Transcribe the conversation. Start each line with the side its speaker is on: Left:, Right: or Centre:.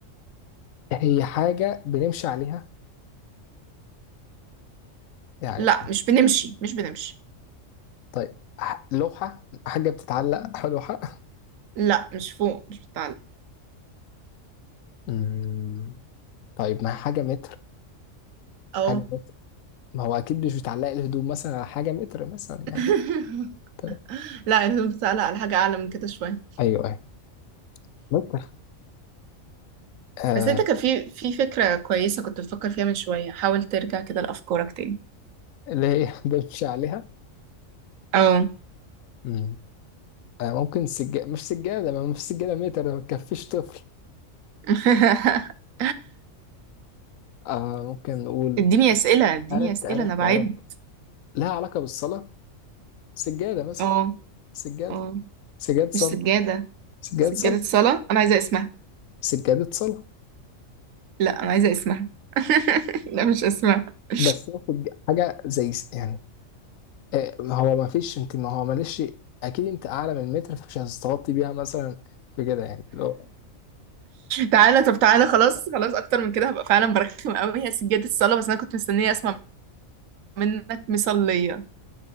Left: هي حاجة بنمشي عليها يعني
Right: لا مش بنمشي مش بنمشي
Left: طيب ح- لوحة حاجة بتتعلق على لوحة
Right: لا مش فوق مش بتعلق
Left: مم. طيب ما هي حاجة متر
Right: اه
Left: حاجة متر ما هو أكيد مش بتعلق الهدوم مثلا على حاجة متر مثلا
Right: <laughs>
Left: يعني تمام.
Right: لا انت بتعلق على حاجة اعلى من كده شوية
Left: أيوه أيوه متر آه
Right: بس انت كان في في فكرة كويسة كنت بتفكر فيها من شوية حاول ترجع كده لأفكارك تاني
Left: اللي هي <laughs> بنمشي عليها
Right: اه
Left: مم. آه ممكن سجادة مش سجادة ما فيش سجادة متر ما تكفيش طفل
Right: <laughs>
Left: آه ممكن نقول
Right: اديني اسئله اديني
Left: عرفت
Right: اسئله
Left: عرفت
Right: انا بعد
Left: عرفت لها علاقة بالصلاة سجادة مثلا
Right: اه
Left: سجادة
Right: اه
Left: سجادة صلاة
Right: مش سجاده
Left: سجادة
Right: سجاده
Left: صلاة
Right: صلاه انا عايزه اسمها
Left: سجادة صلاة
Right: لا انا عايزه اسمها <laughs> لا مش اسمها <laughs>
Left: بس هو سج- حاجة زي س- يعني آه ما هو ما فيش انت ما هو معلش اكيد انت اعلى من المتر فمش هتستغطي بيها مثلا في كده يعني اللي هو
Right: تعالى طب تعالى خلاص خلاص اكتر من كده هبقى فعلا برخم قوي هي سجاده الصلاه بس انا كنت مستنيه اسمع منك مصليه